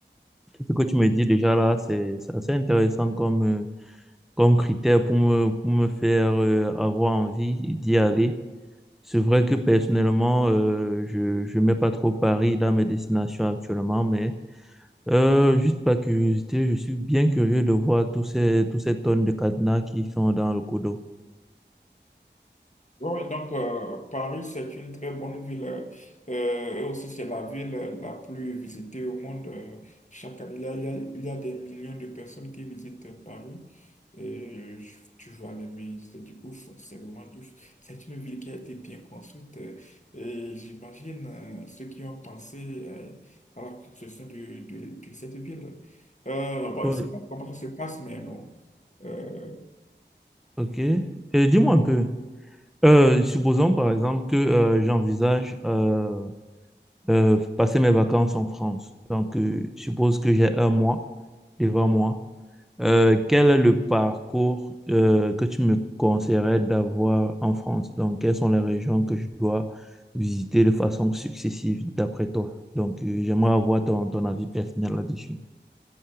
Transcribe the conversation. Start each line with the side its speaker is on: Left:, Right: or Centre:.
Centre: ce que tu me dis déjà là, c'est, c'est assez intéressant comme, euh, comme critère pour me, pour me faire euh, avoir envie d'y aller. C'est vrai que personnellement, euh, je je mets pas trop Paris dans mes destinations actuellement, mais euh, juste par curiosité, je suis bien curieux de voir tous ces, tous ces tonnes de cadenas qui sont dans le coup d'eau.
Left: Oui, donc euh, Paris, c'est une très bonne ville. euh, et aussi, c'est la ville la plus visitée au monde. euh, chaque année, il y a, il y a- il y a des millions de personnes qui visitent euh, Paris. Et euh, je- tu vas l'aimer, c'est du ouf, c'est vraiment du ouf. C'est une ville qui a été bien construite. euh, et j'imagine euh, ceux qui ont pensé euh, à la construction de, de- de cette ville. Euh, bon,
Centre: Oui.
Left: je ne sais pas comment ça se passe, mais bon. Euh,
Centre: Ok. Et dis-moi un peu, euh, supposons par exemple que euh, j'envisage euh, euh, passer mes vacances en France. Donc, euh, je suppose que j'ai un mois devant moi. Euh, quel est le parcours euh, que tu me conseillerais d'avoir en France? Donc, quelles sont les régions que je dois visiter de façon successive d'après toi? Donc, euh, j'aimerais avoir ton, ton avis personnel là-dessus.